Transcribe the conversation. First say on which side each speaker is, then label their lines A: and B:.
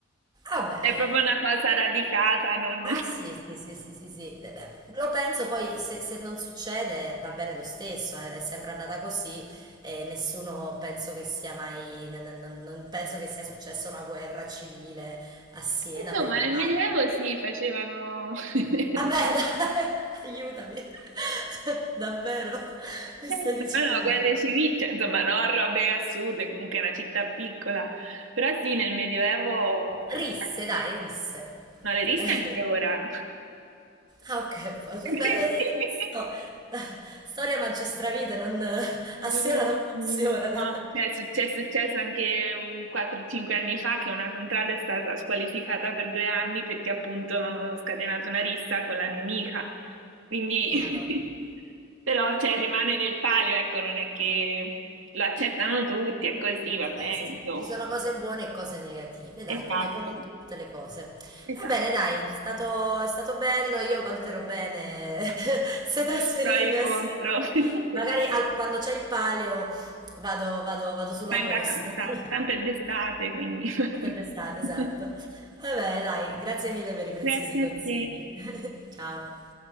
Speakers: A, on the right; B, on the right.
A: Ah beh,
B: È proprio una
A: mm,
B: cosa radicata, non...
A: eh
B: <laughs>
A: sì, sì, sì, sì, sì, sì. Eh, beh, lo penso poi se, se non succede va bene lo stesso, eh, è sempre andata così e nessuno penso che sia mai, non, non- non penso che sia successa una guerra civile a Siena
B: Insomma,
A: per il
B: nel
A: fango.
B: Medioevo si facevano... <laughs>
A: Vabbè, dai, <laughs> aiutami, <laughs> davvero, mi
B: Certo,
A: stai dicendo.
B: ma no, guerre civili, cioè, insomma, no, robe assurde, comunque è una città piccola. Però sì, nel Medioevo...
A: Risse,
B: eh,
A: dai, risse.
B: No, le risse
A: <laughs>
B: anche ora.
A: Ah ok, poi
B: <laughs>
A: beh, vedi, non so. Storia magistravita non, a
B: Mm,
A: Siena non
B: No,
A: funzionano.
B: cioè, è successo, è successo anche un 4-5 anni fa che una contrada è stata squalificata per due anni perché appunto avevano scatenato una rissa con la nemica. Quindi,
A: Madonna.
B: <laughs> però, cioè, rimane nel palio, ecco, non è che lo accettano tutti, è così, va bene,
A: Beh, sì,
B: insomma.
A: ci sono cose buone e cose negative, dai,
B: Esatto,
A: come, come in tutte le cose.
B: esatto.
A: Va bene, dai, è stato, è stato bello, io valuterò bene <laughs> se trasferirmi
B: Pro e
A: a
B: contro.
A: Siena.
B: <laughs>
A: Magari al- quando c'è il palio vado, vado vado sulla
B: Ma in
A: costa.
B: vacanza,
A: <laughs>
B: tanto è d'estate, quindi.
A: Fatta d'estate,
B: <laughs>
A: esatto. Vabbè, dai, grazie mille per i preziosi
B: Grazie
A: consigli.
B: a te.
A: <laughs> Ciao.